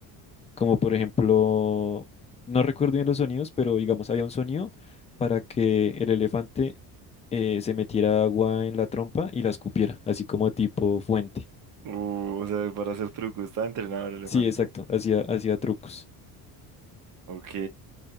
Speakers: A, on the left (about 20°); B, on the right (about 55°).
A: como por ejemplo, no recuerdo bien los sonidos, pero digamos había un sonido para que el elefante eh, se metiera agua en la trompa y la escupiera, así como tipo fuente.
B: O, o sea, para hacer truco, está entrenado el elefante.
A: Sí, exacto, hacía, hacía trucos.
B: Ok,